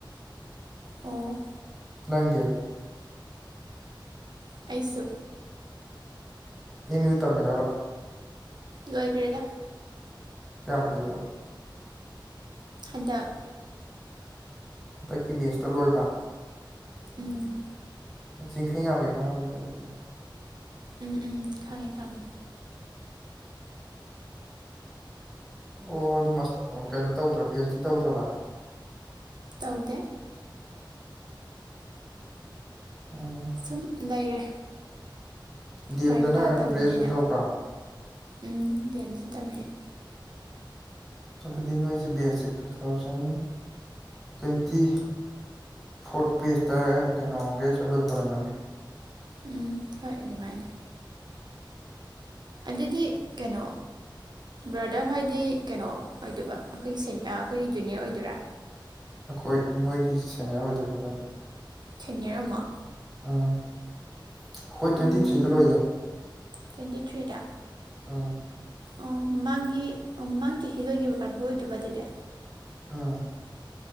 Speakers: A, on the right (about 60°); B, in the centre.
A: ꯑꯣ
B: ꯅꯪꯗꯤ
A: ꯑꯩꯁꯨ
B: ꯑꯦꯝ ꯌꯨ ꯇꯝꯃꯤꯔꯕ
A: ꯂꯣꯏꯒ꯭ꯔꯦꯗ
B: ꯀꯌꯥꯝ ꯀꯨꯏꯔꯕ
A: ꯍꯟꯗꯛ
B: ꯍꯟꯗꯛꯀꯤ ꯕꯦꯁꯇ ꯂꯣꯏꯕ
A: ꯎꯝ
B: ꯆꯤꯡꯈꯩꯉꯥꯟꯕꯤ ꯈꯡꯉꯝꯅꯦ ꯑꯗꯨꯗꯤ
A: ꯎꯝ ꯎꯝ ꯈꯪꯉꯦ ꯈꯪꯉꯦ
B: ꯑꯣ ꯑꯗꯨ ꯃꯥꯁꯇ ꯀꯩꯅꯣ ꯇꯧꯗ꯭ꯔꯣ ꯄꯤ ꯑꯩꯆ ꯗꯤ ꯇꯧꯗ꯭ꯔꯕ
A: ꯇꯧꯗꯦ
B: ꯎꯝ
A: ꯁꯨꯝ ꯂꯩꯔꯦ
B: ꯗꯤ ꯑꯦꯝꯗꯅ
A: ꯂꯥꯏꯔꯤꯛ ꯄꯥ ꯇꯟꯕꯅꯤꯅ
B: ꯒ꯭ꯔꯦꯖꯨꯑꯦꯁꯟ ꯇꯧꯕ꯭ꯔꯥ
A: ꯎꯝ ꯗꯤ ꯑꯦꯝꯁꯨ ꯇꯝꯃꯛꯑꯦ
B: ꯑꯗꯨꯗꯤ ꯅꯣꯏꯁꯤ ꯕꯦꯁꯁꯤ ꯇꯨ ꯊꯥꯎꯖꯟ ꯇ꯭ꯋꯦꯟꯇꯤ ꯐꯣꯔꯠ ꯕꯦꯖꯇ ꯀꯩꯅꯣ ꯒ꯭ꯔꯦꯖꯨꯁꯟ ꯂꯣꯏꯕ ꯑꯣꯔꯝꯃꯅꯤ
A: ꯎꯝ ꯍꯣꯏ ꯑꯗꯨꯃꯥꯏꯅ ꯑꯗꯨꯗꯤ ꯀꯩꯅꯣ ꯕ꯭ꯔꯗꯔ ꯍꯣꯏꯗꯤ ꯀꯩꯅꯣ ꯑꯣꯏꯗꯣꯏꯕ ꯑꯩꯈꯣꯏꯒꯤ ꯁꯦꯅꯤ ꯑꯩꯈꯣꯏꯒꯤ ꯖꯨꯅꯤꯌꯔ ꯑꯣꯏꯗꯣꯏꯔꯥ
B: ꯑꯩꯈꯣꯏ ꯅꯣꯏꯒꯤ ꯁꯦꯅꯤꯌꯥꯔ ꯑꯣꯏꯗꯣꯏꯕ ꯑꯩꯈꯣꯏꯅ
A: ꯁꯦꯅꯤꯌꯔ ꯑꯃꯨꯛ
B: ꯎꯝ ꯑꯩꯈꯣꯏ ꯇ꯭ꯋꯦꯟꯇꯤ
A: ꯎꯝ
B: ꯊ꯭ꯔꯤꯗ ꯂꯣꯏꯌꯦ
A: ꯇ꯭ꯋꯦꯟꯇꯤ ꯊ꯭ꯔꯤꯗ
B: ꯎꯝ
A: ꯑꯣ ꯃꯃꯥꯡꯒꯤ ꯃꯃꯥꯡ ꯆꯍꯤ ꯂꯣꯏꯈꯤꯕ ꯀꯥꯡꯕꯨ ꯑꯣꯏꯗꯣꯏꯕ ꯑꯗꯨꯗꯤ
B: ꯎꯝ